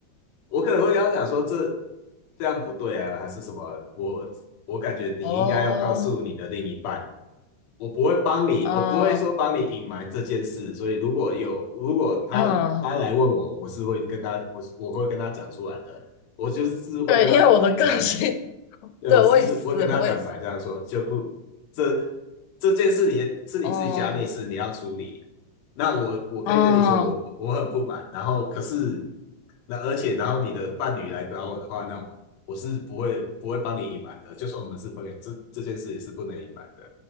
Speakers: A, on the left (about 70°); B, on the left (about 85°).
A: 我可能会跟她讲说这这样不对啊，还是什么，我我感觉你应该要告诉你的另一半。
B: 哦，
A: 我不会帮你，
B: 嗯
A: 我不会说帮你隐瞒这件事，所以如果有，如果他他来问我，
B: 嗯，
A: 我是会跟他，我是我会跟他讲出来的，我就是会跟他坦白这样。
B: 对，因为我的个性，<laughs>
A: 对，
B: 对，
A: 我是是会跟他坦白这样说，
B: 我也是，我也是，
A: 就不这这件事你是你自己家内事，
B: 哦
A: 你要处理。那我我可以跟你说，
B: 哦
A: 我我很不满，然后可是那而且然后你的伴侣来找我的话，那我我是不会不会帮你隐瞒的，就算我们是朋友，这这件事也是不能隐瞒的，